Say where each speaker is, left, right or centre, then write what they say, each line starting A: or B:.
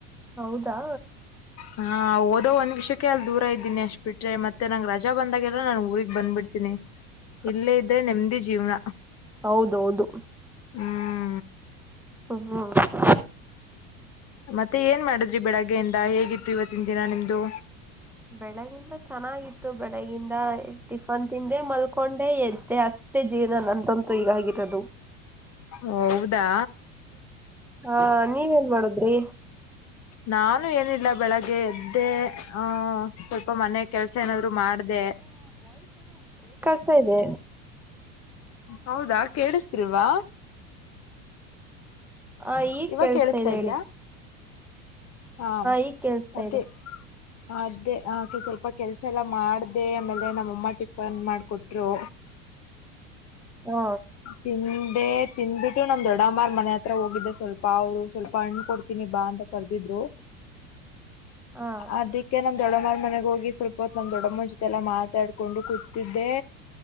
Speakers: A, in the centre; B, on the left (about 40°).
A: ಹೌದಾ
B: ಹಾ ಓದೋ ಒಂದ್ ವಿಷಕ್ಕೆ ಅಲ್ಲಿ ದೂರ ಇದೀನಿ ಅಷ್ಟ್ ಬಿಟ್ರೆ ಮತ್ತೆ ನಂಗ್ ರಜಾ ಬಂದಾಗೆಲ್ಲ ನಾನನ್ ಊರಿಗೆ ಬಂದ್ ಬಿಡ್ತೀನಿ
A: <inaudible>
B: ಇಲ್ಲೇ ಇದ್ರೆ ನೆಮ್ದಿ ಜೀವನ..........
A: ಹೌದೌದು
B: ಹ್ಮ್.
A: ಹ ಹ್ಮ
B: ಮತ್ತೆ ಏನ್ ಮಾಡಿದ್ರಿ ಬೆಳಗ್ಗೆಯಿಂದ ಹೇಗಿತ್ತು ಇವತ್ತಿನ ದಿನ ನಿಮ್ದು.
A: ಬೆಳಗಿಂದ ಚೆನ್ನಾಗಿತ್ತು ಬೆಳಗಿಂದ ಟಿಫನ್ ತಿಂದೇ ಮಲ್ಕೊಂಡೆ ಎದ್ದೆ ಅಷ್ಟ. ಮಷ್ಟೇ ಜೀವನ ನಂತಂತೂ ಈಗಾಗಿರೋದು.
B: ಹೌದಾ
A: ಹಾ ನೀವೇನ್ ಮಾಡುದ್ರಿ.
B: ನಾನು ಏನಿಲ್ಲ ಬೆಳಗ್ಗೆ ಎದ್ದೆ ಆಹ. ಸ್ವಲ್ಪ ಮನೆ ಕೆಲ್ಸ ಏನಾದ್ರು ಮಾಡ್ದ.
A: ಆತಾ ಇದೆ.
B: ಹೌದಾ ಕೇಳಿಸತಿಲವಾ.
A: ಹ ಈಗ್
B: ಇವಾಗ
A: ಕೇಳಸ್ತಾದೆ
B: ಕೇಳಿಸ್ತಾ ಇದ್ಯಾ
A: ಹೇಳಿ.
B: ಹಾ
A: ಈಗ ಕೇಳಿಸ್ತಾ
B: ಮತ್ತೇ.
A: ಇದೆ
B: ಅದೇ ಆಕೆ ಸ್ವಲ್ಪ ಕೆಲ್ಸ ಎಲ್ಲ ಮಾಡ್ದ ಆಮೇಲೆ ನಮ್ಮಅಮ್ಮ ಟಿಫನ್ ಮಾಡಕೊಟ್ರು.
A: ಹ್ಮ
B: ತಿಂದೆ ತಿಂದ್ಬಿಟ್ಟು ನಮ ದೊಡ್ಡಮ್ಮಾರ್ ಮನೆ ಹತ್ರ ಹೋಗಿದ್ದೆ ಸ್ವಲ್ಪ ಅವ್ರು ಸ್ವಲ್ಪ ಹಣ್ಣು ಕೊಡ್ತ. ಇದೇನಿ ಬಾ ಅಂತ ಕರ್ದಿದ್ರು
A: ಹಾ
B: ಅದಕ್ಕೆ..... ನಮ್ ದೊಡ್ಡಮರ ಮನೆಗ ಹೋಗಿ ಸ್ವಲ್ಪ. ಇಪ್ಪತ್ ನಮ್ ದೊಡ್ಡಮ್ಮ ಜೊತೆಲ್ಲ ಮಾತಾಡ್ಕೊಂಡು ಕೂತಿದ್ದೆ